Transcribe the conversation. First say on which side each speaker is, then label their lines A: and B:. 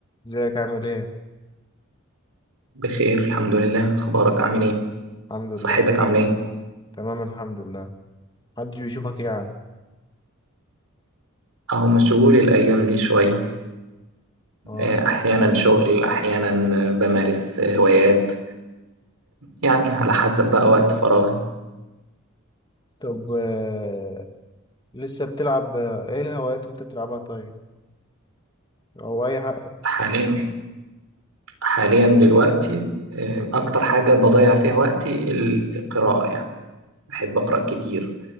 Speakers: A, on the left; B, on the right.
A: ازيك عامل ايه؟
B: بخير الحمد لله اخبارك عامل ايه
A: الحمد لله
B: صحتك عامله ايه
A: تمام الحمد لله محدش بيشوفك يعني
B: اهو مشغول الايام دي شويه
A: اه
B: آه، احيانا شغل احيانا آه، بمارس آه، هوايات يعني على حسب بقى وقت فراغي
A: طب آه، لسه بتلعب آه، ايه الهوايات اللي انت بتلعبها طيب؟ او اي حاجة
B: حاليا حاليا دلوقتي آه، اكتر حاجه بضيع فيها وقتي القراءه يعني بحب اقرا كتير